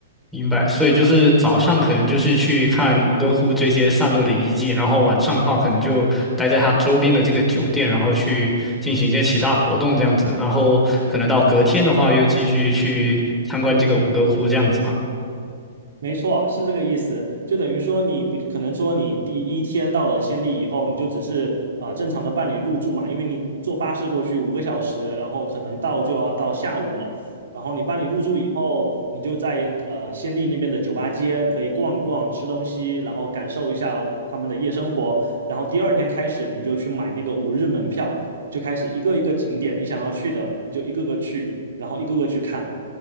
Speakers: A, in the centre; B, on the right.
A: 明白，所以就是早上可能就是去看吴哥窟这些散落的遗迹，然后晚上的话可能就待在它周边的这个酒店，然后去进行一些其他活动这样子，然后可能到隔天的话又继续去参观这个吴哥窟这样子嘛。
B: 没错，是这个意思。就等于说你，比可能说你第一天到了暹粒以后，你就只是啊、呃正常的办理入住嘛，因为你坐巴士过去五个小时，然后可能到就要到下午了。然后你办理入住以后，你就在呃暹粒那边的酒吧街可以逛一逛、吃东西，然后感受一下他们的夜生活。然后第二天开始，你就去买那个五日门票，就开始一个一个景点你想要去的，你就一个个去，然后一个个去看。